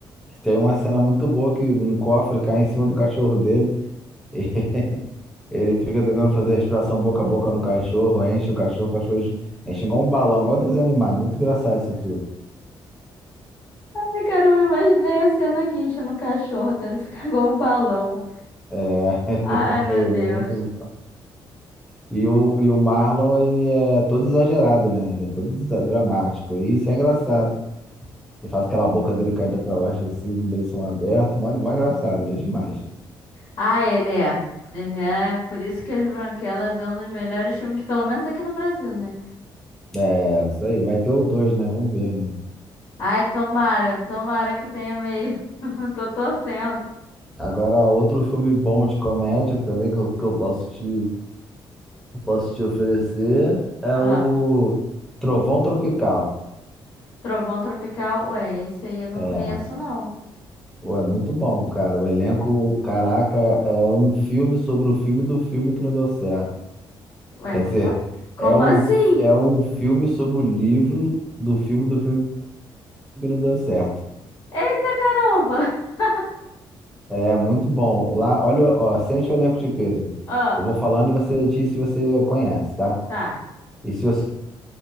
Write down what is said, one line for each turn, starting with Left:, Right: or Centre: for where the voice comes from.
Centre: Tem uma cena muito boa que um cofre cai em cima do cachorro dele. <laughs> Ele fica tentando fazer respiração boca a boca no cachorro, enche o cachorro, o cachorro enche igual um balão, igual desenho animado. Muito engraçado esse filme.
Left: Ai, cara, eu imaginei a cena aqui enchendo um cachorro até ele ficar <laughs> igual um balão.
Centre: É, <laughs>
Left: Ai, meu
Centre: ele
Left: Deus.
Centre: é muito... bom. E o, e o Marlon, ele é todo exagerado, né? Ele é todo desa- dramático. E isso é engraçado. Ele faz aquela boca dele caída pra baixo, assim, com o beição aberto. Mó, mó engraçado, ele é demais.
Left: Ah, ele é. Ele é. Por isso que As Branquelas é um dos melhores filmes, pelo menos aqui no Brasil, né?
Centre: É, isso aí. Vai ter o dois, né? Vamos ver, né?
Left: Ai, tomara, tomara que tenha mesmo. <laughs> Eu Tô torcendo.
Centre: Agora, outro filme bom de comédia também que eu, que eu posso te posso te oferecer é
Left: Ah,
Centre: o Trovão Tropical.
Left: Trovão Tropical, ué, esse aí eu não
Centre: É,
Left: conheço, não.
Centre: pô, é muito bom, cara. O elenco, caraca, é um filme sobre o filme do filme que não deu certo.
Left: Ué,
Centre: Quer
Left: como,
Centre: dizer,
Left: a- como
Centre: é um,
Left: assim?
Centre: é um filme sobre o livro do filme do filme que não deu certo.
Left: Eita caramba! <laughs>
Centre: É muito bom. Lá, olha, ó, sente o elenco de peso.
Left: Ó,
Centre: Eu vou falando e você diz se você conhece, tá?
Left: tá.
Centre: E se você